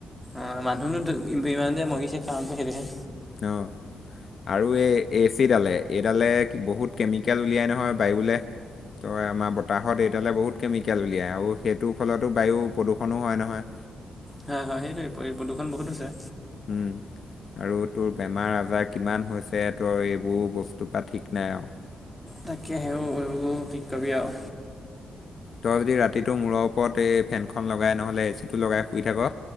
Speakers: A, in the centre; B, on the left.
A: অ' মানুহনো ইমান যে মৰিছে কাৰণটো সেইটোহে।
B: অ'। আৰু এই এচিডালে এইডালে বহুত কেমিকেল উলিয়াই নহয়, বায়ুলে। তই আমাৰ বতাহত এইডালে বহুত কেমিকেল উলিয়ায় আৰু সেইটোৰ ফলতো বায়ু প্ৰদূষণ হয় নহয়।
A: হয় হয়, সেইটোৱেই প্ৰদূৰষণ বহুত হৈছে।
B: উম আৰু তোৰ বেমাৰ আজাৰ কিমান হৈছে, তোৰ এইবোৰ বস্তুৰ পৰা ঠিক নাই আৰু।
A: তাকে সেই কি কবি আৰু।
B: তই যদি ৰাতিটো মূৰৰ ওপৰত এই ফেনখন লগাই নহ'লে এ চিটো লগাই শুই থাক